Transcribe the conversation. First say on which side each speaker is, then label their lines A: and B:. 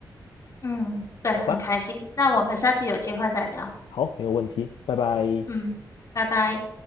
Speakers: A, on the left (about 45°); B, on the left (about 85°).
A: 嗯，对，
B: 好吧？
A: 很开心。那我们下次有机会再聊。
B: 好，没有问题，拜拜。
A: 嗯，拜拜。